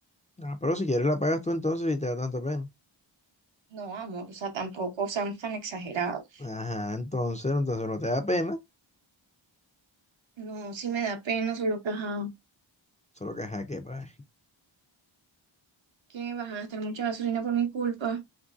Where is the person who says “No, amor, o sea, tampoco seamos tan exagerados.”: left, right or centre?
Right